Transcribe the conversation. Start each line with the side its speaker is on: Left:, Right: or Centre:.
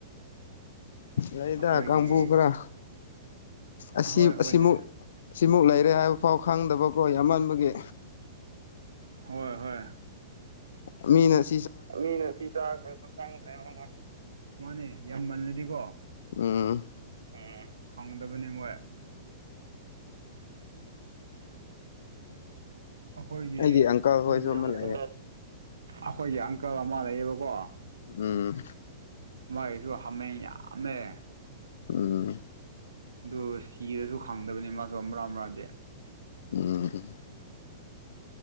Left: ꯂꯩꯗ
Right: ꯑꯩꯈꯣꯏꯒꯤ
Left: ꯀꯥꯡꯕꯨ ꯈꯔ ꯑꯁꯤ
Right: ꯍꯣꯏ ꯍꯣꯏꯅꯦ
Left: ꯑꯁꯤꯃꯨ ꯁꯤꯃꯨꯛ ꯂꯩꯔꯦ ꯍꯥꯢꯕꯐꯥꯎ ꯈꯪꯗꯕꯀꯣ ꯌꯥꯝꯃꯟꯕꯒꯤ
Right: ꯍꯣꯢ ꯍꯣꯢ
Left: ꯃꯤꯅꯁ
Right: ꯃꯤꯅ ꯁꯤ ꯆꯥꯈ꯭ꯔꯁꯨ ꯈꯪꯗ꯭ꯔꯦ ꯃꯣꯢ ꯃꯥꯅꯦ ꯌꯥꯝꯃꯜꯂꯗꯤꯀꯣ
Left: ꯎꯝ
Right: ꯎꯝ ꯐꯪꯗꯕꯅꯦ ꯃꯣꯢ ꯑꯈꯣꯢꯒꯤ
Left: ꯑꯩꯒꯤ ꯑꯪꯀꯜ
Right: ꯑꯈꯣꯢꯒꯤ
Left: ꯍꯣꯏꯁꯨ
Right: <unintelligible>
Left: ꯑꯃ ꯂꯩꯌꯦ
Right: ꯑꯈꯣꯢꯒꯤ ꯑꯪꯀꯜ ꯑꯃ ꯂꯩꯌꯦꯕꯀꯣ
Left: ꯎꯝ
Right: ꯃꯥꯢꯖꯨ ꯍꯥꯃꯦꯡ ꯌꯥꯝꯃꯦ
Left: ꯎꯝ
Right: ꯑꯗꯨ ꯁꯤꯔꯖꯨ ꯈꯪꯗꯕꯅꯦ ꯃꯥꯖꯨ ꯑꯝꯔꯥ ꯑꯝꯔꯥꯗꯤ
Left: ꯎꯝ